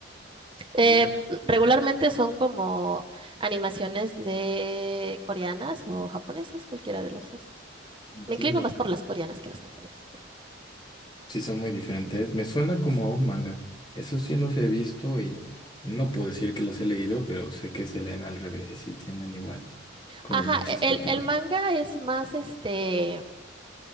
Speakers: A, on the right; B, on the left.
A: Eh,
B: Eh,
A: regularmente son como animaciones de coreanas o japonesas, cualquiera de las dos.
B: entiendo.
A: Me inclino más por las coreanas que las japonesas. pero-
B: Sí, son muy diferentes. Me suena como a un manga. Eso sí los he visto y no puedo decir que los he leído, pero sé que se leen al revés y tienen igual como
A: Ajá,
B: muchos
A: e- el,
B: tópicos.
A: el manga es más este,